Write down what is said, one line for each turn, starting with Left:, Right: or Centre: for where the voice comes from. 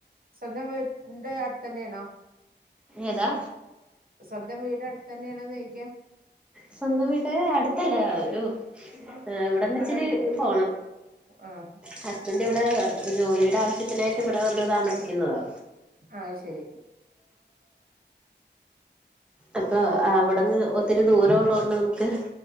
Right: സ്വന്തം വീട് അടുത്തന്നെയാണോ.
Centre: ഏതാ
Right: സ്വന്തം വീട് അടുത്ത്ന്നെയണോന്ന് യിക്കാ
Centre: സ്വന്തം വീട് അടുത്തല്ല ഒരു ഇവിടന്ന് ഇച്ചിരി പോണം.
Right: ആഹ്
Centre: ഹസ്ബന്റ് ഇവിടെ ജോലിയുടെ ആവശ്യത്തിനായിട്ട് ഇവിടെ വന്ന് താമസിക്കുന്നതാ.
Right: ആഹ് ശരി
Centre: അപ്പൊ അവിടുന്ന് ഒത്തിരി ദൂരംള്ളതോണ്ട് നമുക്ക്